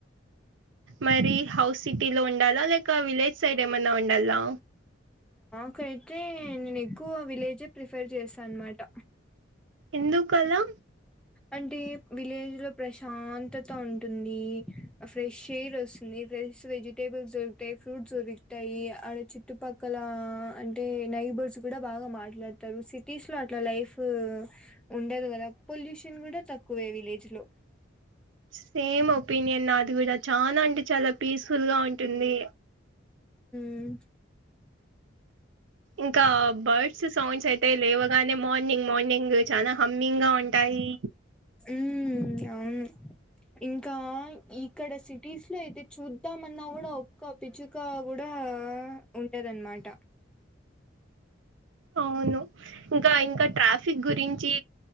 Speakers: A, on the right; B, in the centre.
A: మరి హౌస్ సిటీలో ఉండాల లేక విలేజ్ సైడ్ ఏమన్న ఉండాల్లా
B: నాకైతే నేను ఎక్కువ విలేజే ప్రిఫర్ చేస్తాన్ అనమాట
A: ఎందుకలా
B: అంటే విలేజ్ లో ప్రశాంతతా ఉంటుంది ఫ్రెష్ ఎయిర్ వస్తుంది ఫ్రెష్ వెజిటేబుల్స్ దొరుకుతాయి ఫ్రూట్స్ దొరుకుతాయి ఆడ చుట్టుపక్కల అంటే నై నైబర్స్ కూడ బాగా మాట్లాడతారు సిటీస్ లో అట్లా లైఫ్ ఉండదు కదా పొల్యూషన్ కూడ తక్కువే విలేజ్ లో
A: సేమ్ ఒపీనియన్ నాది కూడ చాల అంటే చాలా పీస్ఫుల్ గా ఉంటుంది
B: ఉ
A: ఇంకా బర్డ్స్ సాౌండ్స్ అయితే లేవగానే మార్నింగ్ మార్నింగ్ చాలా హమ్మింగ్ గా ఉంటాయి
B: మ్మ్ అవును ఇంకా ఇక్కడ సిటీస్ లో అయితే చూద్దామన్న కూడ ఒక్క పిచుక కూడా ఆ ఉంటదన్నమాట
A: అవును ఇంక ఇంక ట్రాఫిక్ గురించి